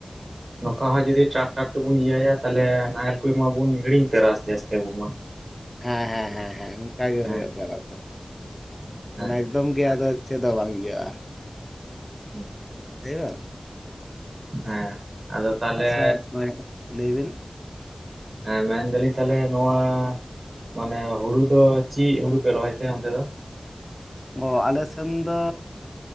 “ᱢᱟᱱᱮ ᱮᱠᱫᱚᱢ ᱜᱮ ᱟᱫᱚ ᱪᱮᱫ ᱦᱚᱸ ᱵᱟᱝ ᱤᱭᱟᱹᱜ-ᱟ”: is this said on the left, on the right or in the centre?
Left